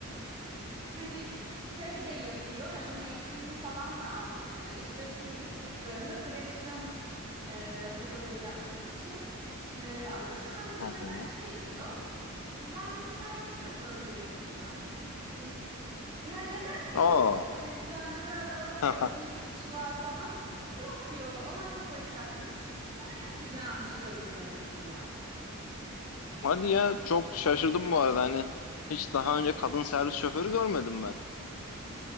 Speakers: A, on the right; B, on the left.
A: hani şey de yapıyor. Hani onun eğitimini falan da almıştı. İşte sürücü kurslarında direksiyon e, hocalığı yapmak için. E, ama şu anda
B: Hı
A: da mesela
B: hı.
A: şey diyor. Ben servis şoförlüğü yapacağım. Hani yani neden
B: Aa.
A: diyoruz hani şu an mesela rahat sevdiği
B: <laughs>
A: bir işi var falan. Yok diyor ona kafayı takmış yapacağını söylüyor mesela.
B: Hadi ya çok şaşırdım bu arada hani hiç daha önce kadın servis şoförü görmedim ben.